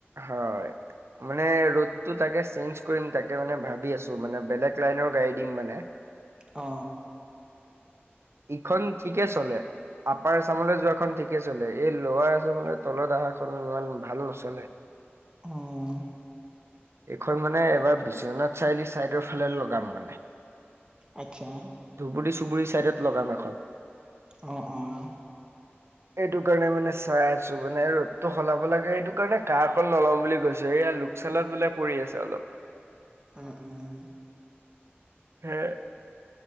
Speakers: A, on the right; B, on the right.
A: হয় মানে ৰডতো তাকে চেঞ্জ কৰিম তাকে মানে ভাবি আছো মানে বেলেগ লাইনৰ গাড়ী দিম মানে
B: অ
A: ইখন ঠিকে চলে আপাৰ এচামলৈ যোৱাখন ঠিকে চলে, এই লাৰ এচামলৈ তলত আহাখন ইমান ভাল নচলে।
B: অহ
A: এইখন মানে এবাৰ বিশ্বনাথ চাৰিআলি চাইদৰ ফালে লগাম মানে,
B: আচ্ছা,
A: ধুবুৰী চুবুৰী লগাম এখন
B: অ', অ',
A: এটো কাৰণে মানে চাই আছো মানে ৰ'দটো সলাব লাগে এইটো কাৰণে কাৰখন নলম বুলি কৈছো, এইয়া লোকচানত মানে পৰি আছে অলপ
B: অ উম
A: হে,